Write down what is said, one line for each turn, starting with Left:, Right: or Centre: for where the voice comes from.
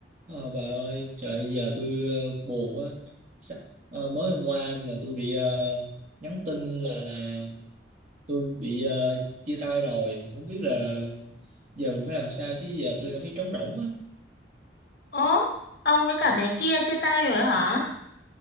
Right: Ờ, bà ơi, trời giờ tôi ờ, buồn quá. Sa- ờ, mới hôm qua là tôi bị ờ, nhắn tin là là tôi bị ờ, chia tay rồi. Không biết là giờ mình phải làm sao chứ giờ tôi cảm thấy trống rỗng á.
Left: Ố, ông với cả bé kia chia tay rồi hả?